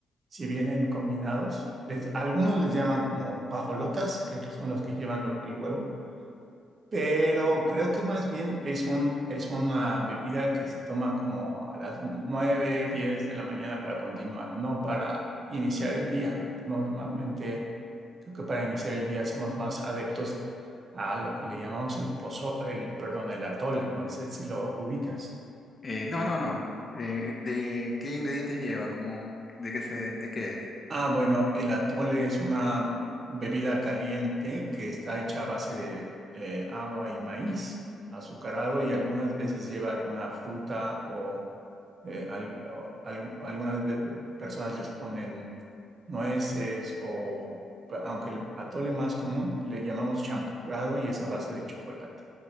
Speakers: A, on the right (about 40°); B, on the left (about 25°).
A: si vienen combinados. Les- algunos les llaman como guajolotas, que son los que llevan lo- el huevo, pero creo que más bien es un, es una bebida que se toma como a las 9 10 de la mañana para continuar, no para iniciar el día. Normalmente creo que para iniciar el día somos más adeptos a lo que le llamamos el pozo, el, perdón, el atole, no sé si lo ubicas.
B: Eh, no, no, no. Eh, ¿de qué ingredientes lleva? Como, ¿de qué se, de qué es?
A: Ah, bueno, el atole es una bebida caliente que está hecha a base de eh, agua y maíz azucarado y algunas veces lleva alguna fruta o, eh, al- o al- algunas ve- personas les ponen nueces o, pues, aunque el atole más común le llamamos champurrado y es a base de chocolate.